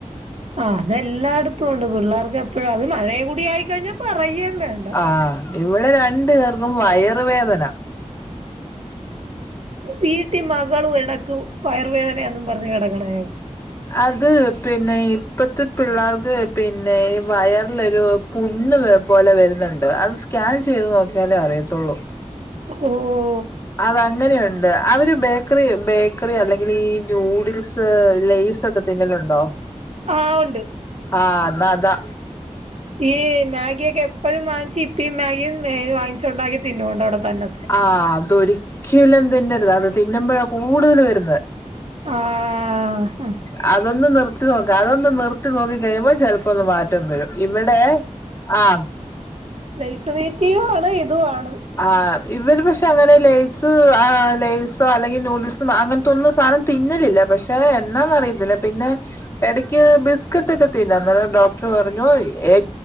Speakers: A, on the right; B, on the left.
A: ആഹ് അതെല്ലായിടത്തും ഒണ്ട് പിള്ളേർക്ക് എപ്പഴാ അത് മഴയു കൂടി ആയിക്കഴിഞ്ഞാ പറയേം വേണ്ട
B: ആഹ് ഇവിടെ രണ്ടു പേർക്കും വയറ് വേദന
A: വീട്ടി മകളും ഇടക്കു വയറ് വേദനയാന്നും പറഞ്ഞ് കിടക്കണ കേ
B: അത് പിന്നെ ഇപ്പത്തെ പിള്ളേർക്ക് പിന്നെ ഈ വയറിലൊരു പുണ്ണ് വേ പോലെ വരുന്നുണ്ട് അത് സ്കാൻ ചെയ്ത് നോക്കിയാലേ അറിയത്തുള്ളൂ
A: ഓഹ്
B: അതങ്ങനെയുണ്ട് അവര് ബേക്കറി ബേക്കറി അല്ലെങ്കിൽ ഈ ന്യൂഡിൽസ് ലെയിസൊക്കെ തിന്നലുണ്ടോ
A: ആഹ് ഒണ്ട്
B: ആഹ് എന്നാ അതാ
A: ഈ മാഗിയൊക്കെ എപ്പോഴും വാങ്ങിച്ച് ഇത്തീം മാഗിയും മേ വാങ്ങിച്ചുണ്ടാക്കി തിന്നോണ്ടോ അവിടെ തന്നെത്ര
B: ആഹ് അതൊരിക്കലും തിന്നരുത് അത് തിന്നുമ്പോഴാ കൂടുതല് വരുന്നേ
A: ആഹ്
B: അതൊന്ന് നിർത്തി നോക്ക് അതൊന്ന് നിർത്തി നോക്കി കഴിയുമ്പോ ചെല പ്പൊന്ന് മാറ്റം വരും ഇവിടെ ആം
A: ലൈസു തീറ്റയുവാണ് ഇതുവാണ്
B: ആഹ് ഇവര് പക്ഷെ അങ്ങനെ ലെയസ് ആഹ് ലെയസോ അല്ലെങ്കി നൂഡിൽസോ അങ്ങനത്തൊന്നു സാനം തിന്നലില്ല പക്ഷെ എന്നാന്ന് അറിയത്തില്ല പിന്നെ എടയ്ക്ക് ബിസ്കറ്റ് ഒക്കെ തിന്നാം അന്നേരം ഡോക്ടറ് പറഞ്ഞു എ